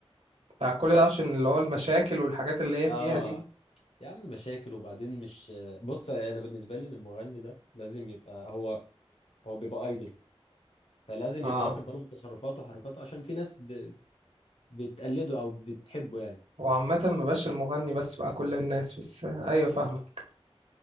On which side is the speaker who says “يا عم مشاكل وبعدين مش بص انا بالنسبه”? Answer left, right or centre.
Left